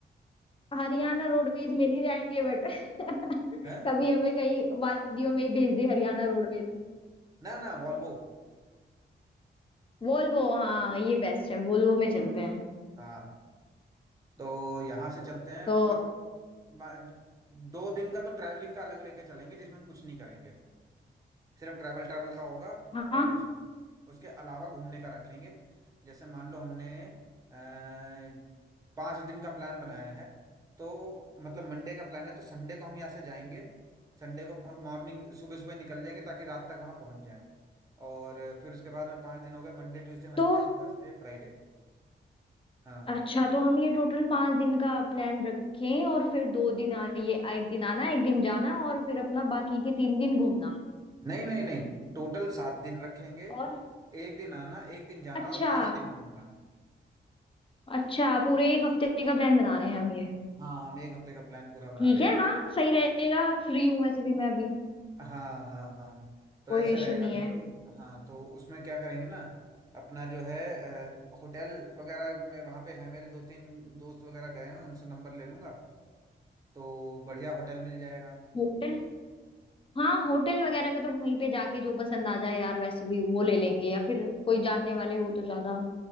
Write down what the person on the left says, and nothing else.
हरियाणा रोडवेज में नहीं जाएंगे बट <laughs>
कभी हमें कहीं वादियों में ही भेज दे हरियाणा रोडवेज
वोल्वो हाँ ये बेस्ट है वोल्वो में चलते हैं
तो
हाँ
तो
अच्छा तो हम ये टोटल पांच दिन का प्लान रखें और फिर दो दिन आ ये आ- एक दिन आना एक दिन जाना और फिर अपना बाकी के तीन दिन घूमना
और
अच्छा
अच्छा पूरे एक हफ्ते का प्लान बना रहे हैं हम ये
ठीक
है
हाँ सही रहेगा फ्री हूँ वैसे भी मैं अभी
कोई
इशू
नहीं है
होटल हाँ होटल वगैरह का तो वहीं पे जाके जो पसंद आ जाए यार वैसे भी वो ले लेंगे या फिर कोई जानने वाले हो तो ज्यादा